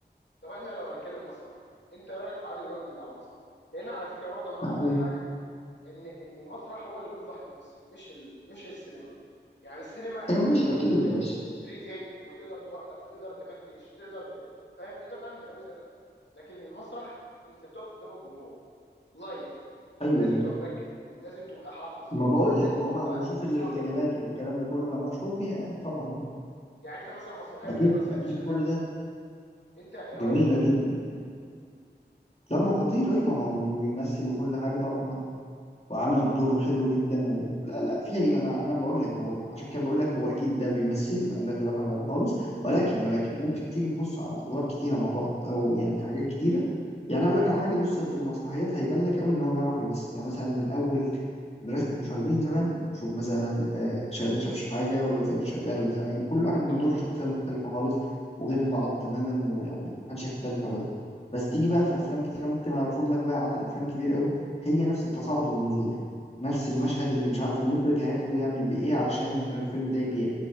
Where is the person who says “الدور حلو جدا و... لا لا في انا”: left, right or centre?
Left